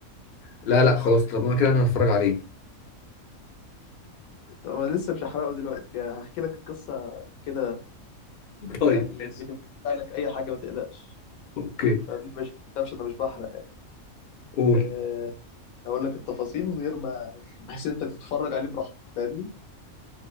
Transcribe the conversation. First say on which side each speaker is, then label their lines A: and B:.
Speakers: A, on the left; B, on the left.
A: لا لا خلاص طب انا كده انا هتفرج عليه
B: طب انا لسه مش هحرقه دلوقتي يعني هحكي لك القصة كده
A: <laughs> طيب
B: يعني
A: ماشي
B: بنحرق لك اي حاجة ما تقلقش
A: اوكي
B: فابني مش متعرفش انا مش بحرق يعني
A: قول
B: آه، اقول لك التفاصيل من غير ما بحيث انت تتفرج عليه براحتك فاهمني